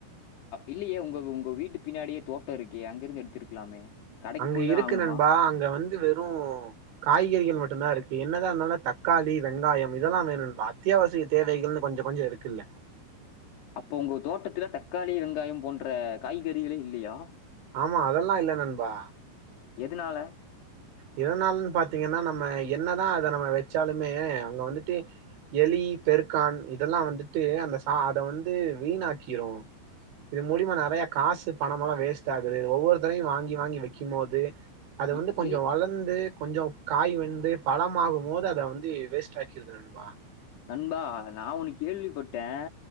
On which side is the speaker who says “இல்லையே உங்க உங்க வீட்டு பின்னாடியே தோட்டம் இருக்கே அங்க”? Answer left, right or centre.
Left